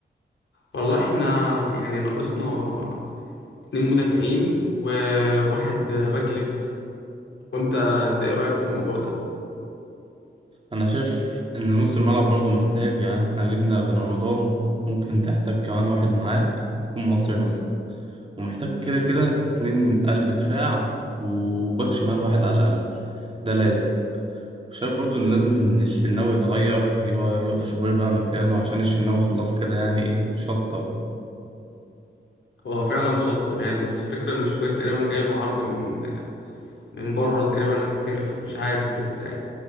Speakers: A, on the left; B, on the right.
A: والله احنا يعني ناقصنا اتنين مدافعين وواحد باك ليفت وانت انت ايه رأيك في الموضوع ده
B: انا شايف ان نص الملعب برضو محتاج يعني احنا جبنا بن رمضان ممكن تحتاج كمان واحد معاه يكون مصري مثلا ومحتاج كده كده اتنين قلب دفاع وباك شمال واحد على الاقل ده لازم شايف برضو ان لازم ان الشناوي يتغير هو يقف شوبير بقى مكانه عشان الشناوي خلاص كده يعني ايه شطب
A: هو فعلا شطب يعني بس الفكرة ان شوبير تقريبا جاي له عرض من من بره تقريبا هيحترف مش عارف لسه يعني.